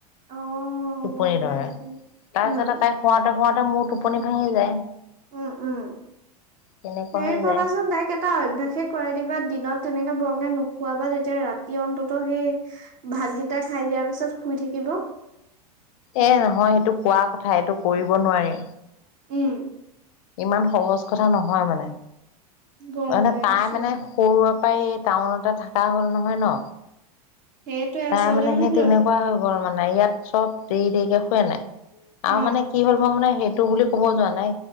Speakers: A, on the right (about 45°); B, on the left (about 60°).
A: অঁ
B: টোপনি
A: গম পাইছো
B: ধৰে, তাৰপিছতে
A: উম
B: তাই খুৱাতে খুৱাওঁতে মোৰ টোপনি ভাঙি যায়।
A: উম, উম,
B: তেনেকুৱা
A: হেৰি
B: হৈ
A: কাৰিবাচোন
B: যায়
A: তাইক- এটা অভ্যাসে কৰাই দিবা। দিনত তেনেকে বৰকে নোখোৱাবা তেতিয়া ৰাতি অন্তত সেই- ভাতকেইটা খাই দিয়াৰ পিছত শুই থাকিব।
B: এ নহয় সেইটো কোৱা কথা এইটো কৰিব নোৱাৰি।
A: উম',
B: ইমান সহজ কথা নহয় মানে।
A: গম
B: মানে
A: পাইছো
B: তাই মানে সৰুৰে পৰাই টাউনতে থকা হ'ল নহয় ন?
A: সেইটোৱে আচলতে
B: তাৰ মানে সেই তেনেকুৱা
A: ল
B: হয়- গ'ল মানে। ইয়াত চব দেৰি দেৰিকে শুৱে নাই?
A: অ
B: আৰু মানে কি হ'ল মানে সেই- টো বুলি ক'ব যোৱা নাই।